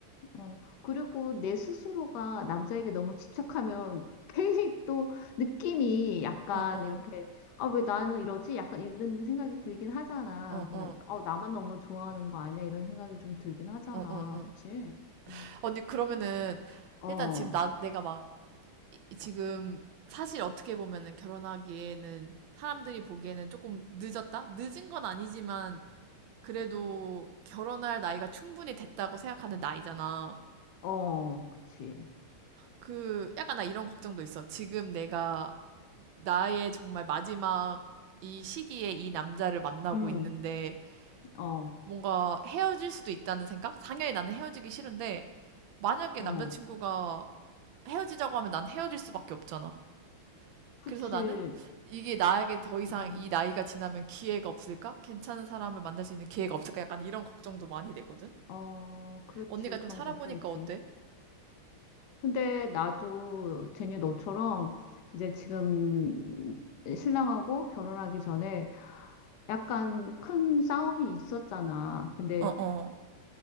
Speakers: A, on the left; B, on the right.
A: 어, 그리고 내 스스로가 남자에게 너무 집착하면 <laughs> 괜히 또 느낌이 약간
B: 어, 어,
A: 이렇게, 아, 왜 나는 이러지? 약간 이런 생각이 들긴 하잖아.
B: 어,
A: 그냥,
B: 어,
A: 어, 나만 너무 좋아하는 거 아니야? 이런 생각이 좀 들긴 하잖아.
B: 어, 어, 어.
A: 그치? 음.
B: 언니, 그러면은
A: 어,
B: 일단 지금 나, 내가 막 지금 사실 어떻게 보면은 결혼하기에는 사람들이 보기에는 조금 늦었다? 늦은 건 아니지만 그래도 결혼할 나이가 충분히 됐다고 생각하는 나이잖아.
A: 어, 그치.
B: 그 약간 나 이런 걱정도 있어. 지금 내가 나의 정말 마지막 이 시기에 이 남자를 만나고
A: 음,
B: 있는데
A: 어,
B: 뭔가 헤어질 수도 있다는 생각? 당연히 나는 헤어지기 싫은데 만약에
A: 어,
B: 남자친구가 헤어지자고 하면 난 헤어질 수밖에 없잖아.
A: 그치.
B: 그래서 나는 이게 나에게 더 이상
A: 음,
B: 이 나이가 지나면 기회가 없을까? 괜찮은 사람을 만날 수 있는 기회가 없을까? 약간 이런 걱정도 많이 되거든.
A: 어, 그렇지.
B: 언니가 좀
A: 그런
B: 살아보니까
A: 걱정 있지.
B: 어때?
A: 근데 나도 제니 너처럼 이제 지금 신랑하고 결혼하기 전에 약간 큰 싸움이 있었잖아. 근데
B: 어, 어,